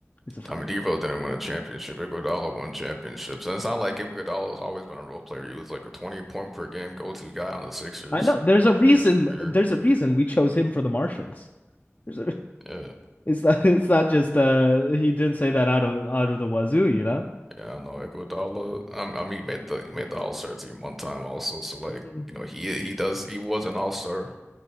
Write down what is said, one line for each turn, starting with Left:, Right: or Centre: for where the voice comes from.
Left: He's a firework.
Centre: I mean, D Rose didn't win a championship. Iguodala won championships, and it's not like Iguodala has always been a role player. He was like a twenty point per game go-to guy on the Sixers
Left: I know. There's
Centre: earlier
Left: a reason.
Centre: in his career.
Left: There's a reason we chose him for The Martians. There's a,
Centre: Yeah,
Left: <laughs> it's not. It's not just. Uh, he didn't say that out of out of the wazoo. You know.
Centre: yeah, I know Iguodala. Um, I mean, he made the he made the All-Star team one time also. So like,
Left: one
Centre: you know, he he does he was an All-Star,